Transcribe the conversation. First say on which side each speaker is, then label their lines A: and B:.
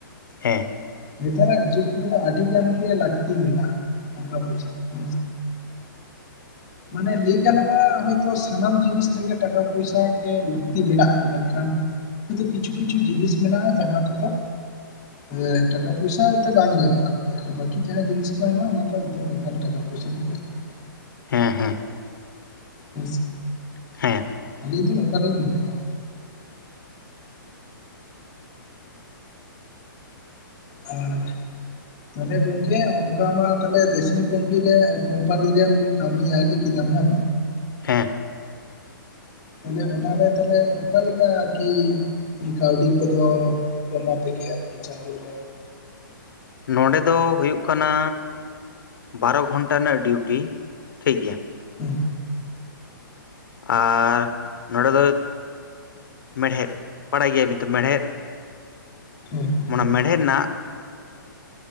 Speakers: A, on the left; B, on the left.
A: ᱦᱮᱸ᱾
B: ᱱᱮᱛᱟᱨᱟᱜ ᱡᱩᱜᱽ ᱨᱮᱫᱚ ᱟᱹᱰᱤ ᱜᱟᱱ ᱜᱮ ᱞᱟᱹᱠᱛᱤ ᱢᱮᱱᱟᱜᱼᱟ, ᱴᱟᱠᱟ ᱯᱚᱭᱥᱟ ᱦᱮᱸᱥᱮ᱾ ᱢᱟᱱᱮ ᱞᱟᱹᱭ ᱜᱟᱱᱚᱜᱼᱟ, ᱦᱚᱭᱼᱛᱳ ᱥᱟᱱᱟᱢ ᱡᱤᱱᱤᱥ ᱨᱮᱜᱮ ᱴᱟᱠᱟ ᱯᱚᱭᱥᱟ ᱞᱟᱹᱠᱛᱤ ᱢᱮᱱᱟᱜᱼᱟ, ᱢᱮᱱᱠᱷᱟᱱ ᱦᱚᱭᱼᱛᱚ ᱠᱤᱱᱛᱩ ᱠᱤᱪᱷᱩ ᱠᱤᱪᱷᱩ ᱡᱤᱱᱤᱥ ᱢᱮᱱᱟᱜᱼᱟ, ᱡᱟᱦᱟᱸ ᱠᱚᱫᱚ ᱦᱮᱸ ᱴᱟᱠᱟ ᱯᱚᱭᱥᱟ ᱚᱛᱮ ᱵᱟᱝ ᱧᱟᱢᱚ ᱟᱨᱠᱤ᱾ ᱟᱨ ᱵᱟᱠᱤ ᱡᱟᱦᱟᱸ ᱡᱤᱱᱤᱥ ᱠᱚ ᱦᱮᱱᱟᱜᱼᱟ, ᱚᱱᱟ ᱫᱚ ᱮᱠᱫᱚᱢ ᱮᱠᱟᱞ ᱴᱟᱠᱟ ᱯᱚᱭᱥᱟ ᱜᱮ ᱞᱟᱹᱠᱛᱤ ᱜᱮᱭᱟ᱾
A: ᱦᱮᱸ ᱦᱮᱸ᱾
B: ᱦᱮᱸᱥᱮ᱾
A: ᱦᱮᱸ᱾
B: ᱟᱹᱞᱤᱧ ᱫᱚ ᱱᱚᱝᱠᱟ ᱞᱤᱧ <unintelligible> ᱟᱨ ᱛᱟᱦᱚᱞᱮ ᱜᱚᱝᱠᱮ ᱚᱱᱠᱟ ᱢᱟ ᱛᱟᱦᱚᱞᱮ ᱨᱮᱥᱢᱤ ᱠᱚᱢᱯᱤᱭᱮ ᱠᱳᱢᱯᱟᱱᱤᱨᱮᱢ ᱠᱟᱹᱢᱤ ᱟᱭ ᱞᱮᱭ ᱠᱤᱫᱟᱢ ᱦᱮᱸ ᱵᱟᱝ?
A: ᱦᱮᱸ᱾
B: ᱛᱟᱦᱚᱞᱮ ᱚᱱᱟ ᱨᱮ ᱛᱟᱦᱚᱞᱮ ᱚᱠᱟ ᱞᱮᱠᱟ ᱟᱨᱠᱤ ᱠᱟᱹᱣᱰᱤ ᱠᱚᱫᱚ ᱮᱢᱟ ᱯᱮ ᱜᱮᱭᱟ ᱟᱨᱠᱤ ᱪᱟᱸᱫᱳ ᱨᱮ?
A: ᱱᱚᱰᱮ ᱫᱚ ᱦᱩᱭᱩᱜ ᱠᱟᱱᱟ ᱵᱟᱨᱚ ᱜᱷᱚᱱᱴᱟ ᱨᱮᱱᱟᱜ ᱰᱤᱭᱩᱴᱤ ᱴᱷᱤᱠ ᱜᱮᱭᱟ᱾
B: ᱦᱩᱸ᱾
A: ᱟᱨ ᱱᱚᱰᱮ ᱫᱚ, ᱢᱮᱲᱦᱮᱫ ᱵᱟᱲᱟᱭ ᱜᱮᱭᱟ ᱵᱤᱱᱛᱚᱜ ᱢᱮᱲᱦᱮᱫ
B: ᱦᱩᱸ᱾
A: ᱚᱱᱟ ᱢᱮᱬᱦᱮᱫ ᱨᱮᱱᱟᱜ